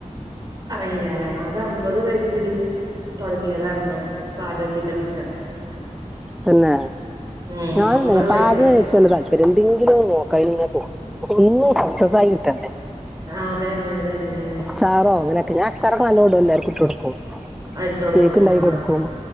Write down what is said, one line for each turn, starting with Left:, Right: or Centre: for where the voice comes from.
Right: അറിയില്ല അല്ലെ അത് അമ്പത് വയസില്. തുടങ്ങിയതായിരുന്നു പാചകത്തിന്റെ ബിസിനസ്
Centre: പിന്നേ
Right: ഉം
Centre: ഞാനുംന്നെ
Right: അമ്പത് വയസ്സിൽ
Centre: പാചകനിച്ച് തല്പര്യം എന്തെങ്കിലൊന്ന് നോക്കായിന് തോന്നും ഒന്നും സക്സസ് ആയി ട്ടണ്ട്
Right: ആഹ് അതെന്നെ അതെന്നെ
Centre: ചാറോ അങ്ങനെയൊക്കെ ഞാ അച്ചാ റൊക്കെ നല്ലോ ഇടൂ എല്ലരിക്കു ഇട്ടോ ടുക്കും
Right: ഇട്ട് കൊടുക്കും
Centre: കേക്ക് ഇണ്ടാക്കി
Right: ആ
Centre: കൊടുക്കും
Right: അതെ